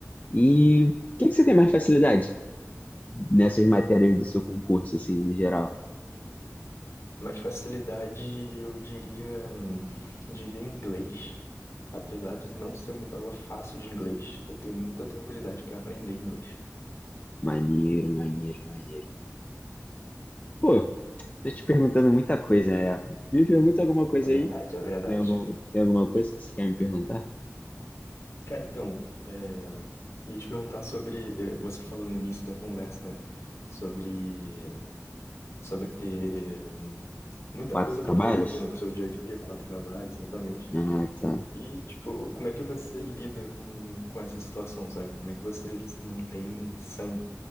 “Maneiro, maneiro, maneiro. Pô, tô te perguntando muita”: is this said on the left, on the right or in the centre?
Left